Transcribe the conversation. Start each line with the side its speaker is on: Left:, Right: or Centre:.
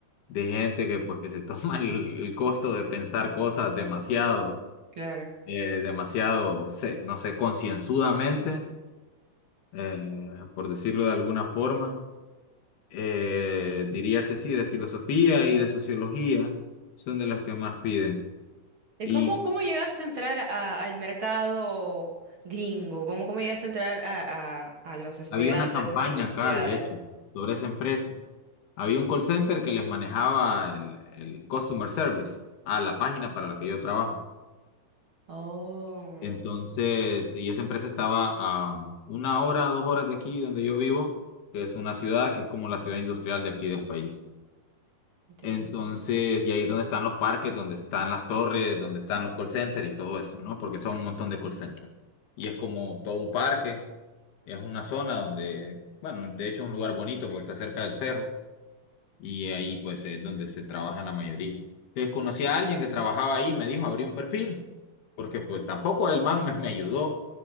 Left: de gente que pues que se <laughs> toma el, el costo de pensar cosas demasiado,
Right: Claro.
Left: eh, demasiado, se- no sé, concienzudamente, eh, por decirlo de alguna forma. Eh, diría que sí, de filosofía y de sociología son de las que más piden.
Right: ¿Y
Left: Y
Right: cómo, cómo llegas a entrar a- al mercado gringo? ¿Cómo, cómo llegas a entrar a, a, a los estudiantes
Left: había una campaña
Right: de las universidades?
Left: acá, de hecho, sobre esa empresa Había un call center que les manejaba el, el customer service a la página para la que yo trabajo.
Right: Oh,
Left: Entonces, y esa empresa estaba a una hora, dos horas de aquí, donde yo vivo, que es una ciudad que es como la ciudad industrial de aquí del país.
Right: interesante.
Left: Entonces, y ahí es donde están los parques, donde están las torres, donde están los call centers y todo eso, ¿no? Porque son un montón de call centers. Y es como todo un parque, es una zona donde, bueno, de hecho es un lugar bonito porque está cerca del cerro y ahí pues es donde se trabaja la mayoría. Desconocí a alguien que trabajaba ahí, me dijo abrí un perfil, porque pues tampoco el man me, me ayudó,